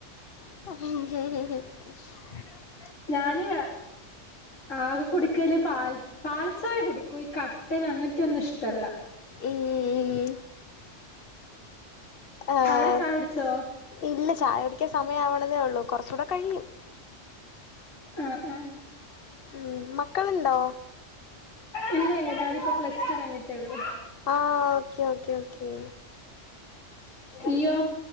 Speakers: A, on the left; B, on the left.
A: ഉം
B: ഞാന് ആകെ കുടിക്കല് പാൽ പാൽ ചായ കുടിക്കും ഈ കട്ടൻ അങ്ങനത്തെയൊന്നും ഇഷ്ടല്ല
A: ഈഹ് ആഹ്
B: അവിടെ ചായ കുടിച്ചോ
A: ഇല്ല ചായ കുടിക്കാൻ സമയം ആവണതെ ഉള്ളൂ കുറച്ചൂടെ കഴിയും.
B: ആഹ് ആഹ്
A: ഉം മക്കളുണ്ടോ?
B: ഇല്ല ഇല്ല ഞാനിപ്പൊ പ്ലസ് ടു കഴിഞ്ഞി ട്ടെള്ളു
A: ആഹ് ഓക്കെ ഓക്കെ ഓക്കെ
B: ഇയ്യോ?